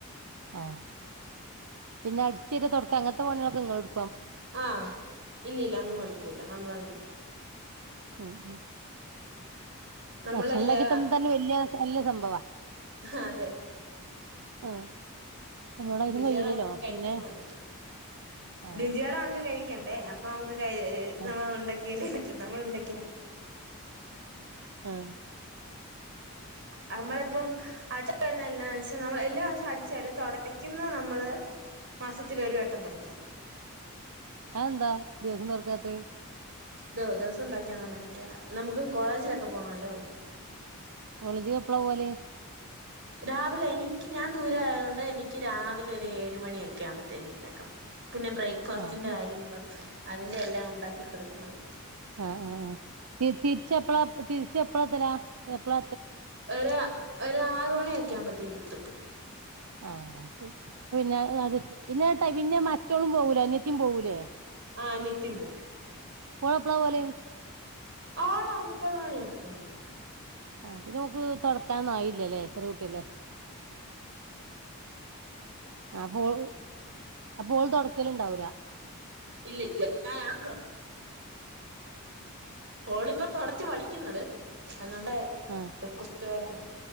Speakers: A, on the right (about 80°); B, on the right (about 55°).
A: ആഹ് പിന്നെ അടിച്ചുവാരി തൊടക്ക അങ്ങൻത്തെ പണിയാളൊക്കെ ങ്ങള്ട്
B: ആഹ് ഇല്ലില്ല അമ്മൂമ്മ എടുക്കൂല്ല നമ്മള് തന്നെ എടുക്കും
A: ഉം ഉം
B: നമ്മളെല്ലാ
A: ഭക്ഷണം ണ്ടാക്കി തന്നതെന്നെ വെല്യ വെല്യ സംഭവ
B: ആഹ് അതെ
A: ആഹ് നമ്മളോട് അയിനും
B: രുചിയോടെ
A: കഴിയൂലല്ലോ
B: നമുക്ക് കഴിക്കണോലോ
A: പിന്നെ ആഹ്
B: രുചിയോടെ നമുക്ക് കഴി ക്കണ്ടേ അപ്പൊ നമുക്ക് <unintelligible>
A: ആഹ്
B: നമ്മൾ ഉണ്ടാക്കിയേൽ ച്ച് നമ്മൾ ഉണ്ടാ
A: ആഹ്
B: നമ്മളിപ്പം അടിച്ചു വരുന്ന എന്താന്ന്വച്ച നമ്മള് എല്ലാദിവസവും അടിച്ചു വാരും തുടയ്ക്കുന്നത് നമ്മള് മാസത്തില് ഒരു വട്ട തുടക്ക
A: അതെന്താ ദിവസവും തുടയ്ക്കാത്തത്.
B: ദ്-ദിവസം <unintelligible> മെനക്കേട നമുക്ക് കോളേജിലൊക്കെ പോണോല്ലോ.
A: കോളേജി എപ്പളാ പോവല്?
B: രാവിലെ എനിക്ക് ഞാൻ ദൂര ആയത് കൊണ്ട് എനിക്ക് രാവിലെ ഒരു ഏഴ് മണിയൊക്കെ ആവുമ്പത്തേനും നേക്കണം. പിന്നെ ബ്രേക്ക്ഫാസ്റ്റിന്റെ
A: ആഹ്
B: കാര്യങ്ങള് അതിൻ്റെ എല്ലാം ഉണ്ടാക്കി കൊടുക്കണംന്ന്
A: ആ ആആ തിരിച്ചപ്പള തിരിച്ചപ്പളാത്തലാ എപ്പള
B: ഒരു ഒരു ആറു മണിക്കെ ആവുമ്പോത്തിന് ത്തും
A: ആ ശരി പിന്നെ പിന്നെട്ട പിന്നെ മറ്റോളും പോകൂലെ അനിയത്തീം പോകൂലേ
B: ആ അനിയത്തീം പോവും
A: ഓളെപ്പളാ പോവൽ
B: ആള് അമ്പത് മണിയൊക്കെവുമ്പോ
A: ആ പിന്നെഓക് തോടക്കാനൊന്നും ആയില്ലല്ലേ ചെറിയെ കുട്യല്ലേ ആ പോൾ അപ്പോഓള് തുടക്കലുണ്ടാവുല
B: ഇല്ലില്ല ഞാനാണ് ഹോളിപ്പ തൊട ച്ച് പഠിക്കുന്നത് അത് നമ്മുടെ
A: ആഹ്
B: റിക്വസ്റ്റുകാരാണ്